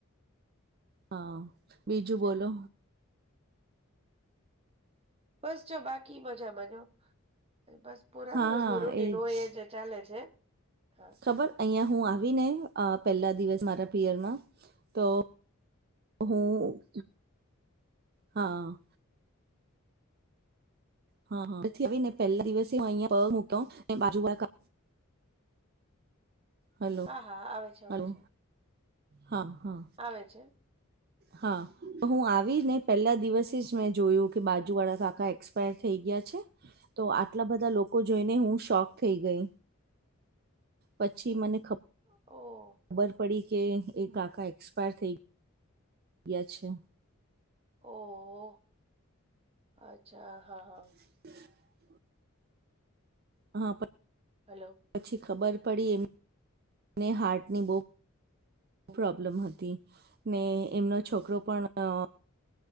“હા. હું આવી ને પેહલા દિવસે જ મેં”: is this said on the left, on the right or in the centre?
Right